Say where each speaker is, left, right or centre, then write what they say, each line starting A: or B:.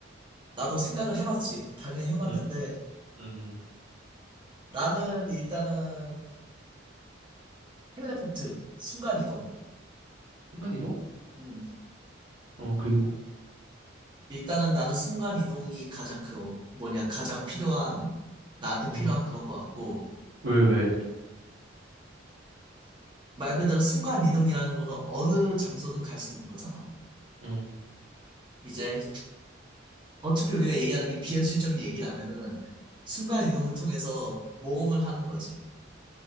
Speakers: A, on the right (about 25°); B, on the right (about 70°).
A: 나도 생각을 해봤지. 당연히 해봤는데
B: 응. 응. 응.
A: 나는 일단은 텔레포트, 순간이동.
B: 순간이동?
A: 음.
B: 어 그리고
A: 일단은 나는 순간이동이 가장 그 뭐냐 가장 필요한 나한테
B: 어.
A: 필요한 그런 것 같고
B: 왜, 왜?
A: 말 그대로 순간 이동이라는 거는 어느 장소든 갈 수 있는 거잖아.
B: 응.
A: 이제 어차피 우리가 얘기하는 게 비현실적인 얘기라면은 순간 이동을 통해서 모험을 하는 거지.